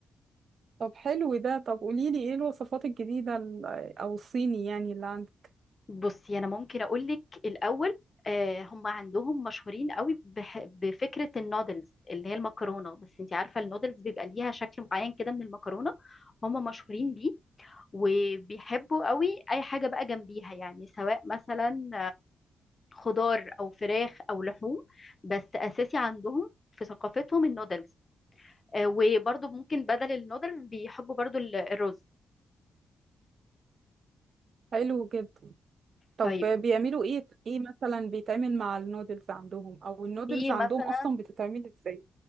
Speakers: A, on the right; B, on the left.
A: طب حلو ده طب قوليلي ايه الوصفات الجديدة ال- او الصيني يعني اللي عندك
B: بصي انا ممكن اقول لك الاول آه، هم عندهم مشهورين قوي بح- بفكره النودلز اللي هي المكرونه بس انت عارفه النودلز بيبقى ليها شكل معين كده من المكرونه هم مشهورين بيه وبيحبوا قوي اي حاجه بقى جنبيها يعني سواء مثلا خضار او فراخ او لحوم بس اساسي عندهم في ثقافتهم النودلز آه، وبرضو ممكن بدل النودلز بيحبوا برضو ال- الرز
A: حلو جدا طب
B: طيب
A: بيعملوا ايه ايه مثلا بيتعمل مع النودلز عندهم او النودلز
B: في
A: عندهم
B: مثلا
A: اصلا بتتعمل ازاي